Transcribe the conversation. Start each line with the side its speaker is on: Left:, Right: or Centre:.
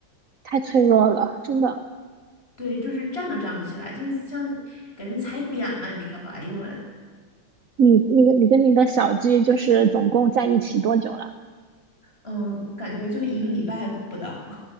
Right: 太脆弱了，真的。
Left: 对，就是站都站不起来，就是像给人踩扁了，你知道吧？哎呦我的，
Right: 你你你跟你的小鸡就是总共在一起多久了？
Left: 嗯，感觉就一个礼拜不到。